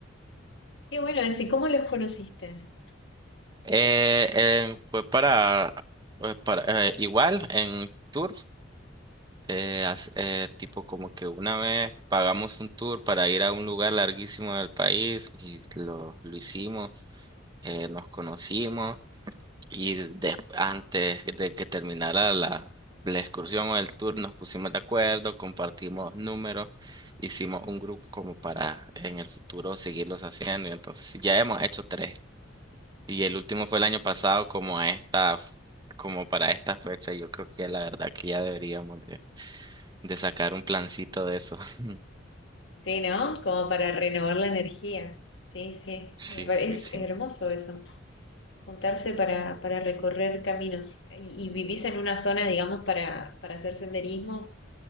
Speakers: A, on the left; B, on the right.
A: Qué bueno eso, ¿y cómo los conociste?
B: Eh, eh, fue para, fue para eh, igual en tour, eh, hace- eh, tipo como que una vez pagamos un tour para ir a un lugar larguísimo del país y lo, lo hicimos, eh, nos conocimos. Y des- antes de que terminara la, la excursión o el tour, nos pusimos de acuerdo, compartimos números, hicimos un grupo como para en el futuro seguirlos haciendo. Y entonces sí, ya hemos hecho tres. Y el último fue
A: Qué
B: el año
A: bueno.
B: pasado, como a esta, f- como para esta fecha. Yo creo que la verdad que ya deberíamos de, de sacar un plancito de eso. <laughs>
A: Sí, ¿no? Como para renovar la energía. Sí, sí,
B: Sí,
A: me parece
B: sí, sí.
A: hermoso eso. juntarse para, para recorrer caminos. ¿Y, y vivís en una zona, digamos, para, para hacer senderismo